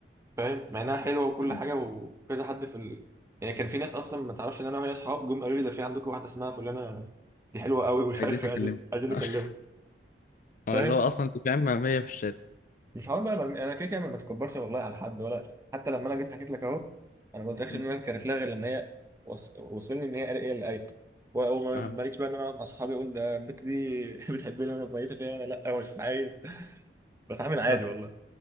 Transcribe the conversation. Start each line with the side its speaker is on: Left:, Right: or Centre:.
Right: فاهم مع انها حلوه وكل
Left: فهمت.
Right: حاجه وكذا حد في ال... يعني كان في ناس اصلا ما تعرفش ان انا وهي اصحاب جم قالوا لي ده في عندكم واحده اسمها فلانه دي حلوه قوي ومش
Left: عايزين
Right: عارف ايه
Left: نكلمه
Right: عايزين عايزين
Left: <laughs>
Right: نكلمها
Left: اه
Right: فاهم
Left: اللي هو اصلا انت فاهم 100 في الشات
Right: مش هقعد بقى برمي انا كده كده ما بتكبرش والله على حد ولا حتى لما انا جيت حكيت لك اهو انا ما قلتلكش
Left: مم.
Right: ان انا كارف لها غير لما هي وص... وصلني ان هي قال ايه اللي قايل وماليش
Left: فاهم
Right: بقى ان انا اقعد مع اصحابي اقول ده البت دي <laughs> بتحبني وانا ميته فيا وانا لا مش عايز بتعامل عادي
Left: فاهم
Right: والله